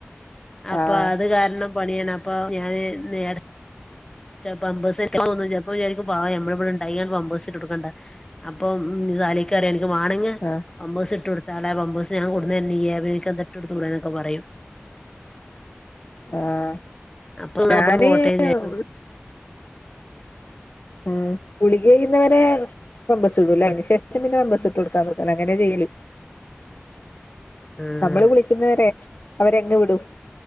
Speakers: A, on the left; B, on the left.
A: അപ്പൊ
B: ആഹ്
A: അത് കാരണം പണിയാണ് അപ്പൊ ഞാന് നേര പാമ്പുസെറ്റ് <inaudible> ചെലപ്പോ വിചാരിക്കും <unintelligible> നമ്മടെ ഇവിടെ <unintelligible> അപ്പം സാലിക്ക് അറിയാം എനിക്ക് വേണങ്കിൽ
B: ആഹ്
A: <unintelligible> ഇട്ട് കൊടു തളെ പമ്പേസ് ഞാൻ കൊണ്ടുവന്നു തരുന്നില്ലേ ആ നിനക്ക് അത്‌ ഇട്ടു കൊടുത്തൂടെയൊന്നൊക്കെ എന്നൊക്കെ പറയും
B: ആഹ്
A: അപ്പൊ
B: ഞാന്
A: പമ്പേഴ്സ് പോട്ടേന്ന് വിചാരിക്കും
B: ഒരു ഉം ഗുളിക കഴിയുന്നവരെ ബാബേസ് ഇടുമല്ലേ അതിനന് ശേഷം പിന്നെ ബാബേസ് ഇട്ടുകൊടുക്കാറൊന്നുമില്ലല്ലേ അങ്ങനെ ചെയ്യ <unintelligible>
A: ആഹ്
B: നമ്മള് വിളിക്കുന്നവരെ അവരങ്ങു വിടും.